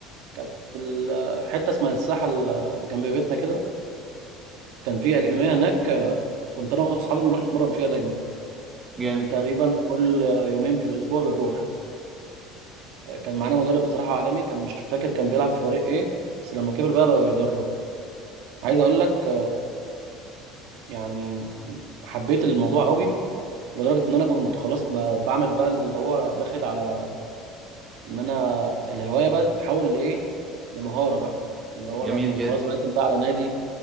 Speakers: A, on the right; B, on the right.
A: كانت في ال- حته اسمها الساحه اللي جنب بيتنا كده كان في اكاديميه هناك كنت انا واصحابي بنروح نتمرن فيها دايما
B: جامد
A: كان تقريبا كل يومين في الاسبوع بنروح كان معانا مدرب بصراحه عالمي كان مش فاكر كان بيلعب في فريق ايه بس لما كبر بقى بقى يدرب عايز اقول لك يعني حبيت الموضوع قوي لدرجة إن أنا كنت خلاص ب- بعمل بقى اللي هو داخل على إن أنا الهواية بقى تتحول لإيه؟ لمهارة بقى اللي هو
B: جميل
A: أنا كنت
B: جدا
A: خلاص بقدم بقى على نادي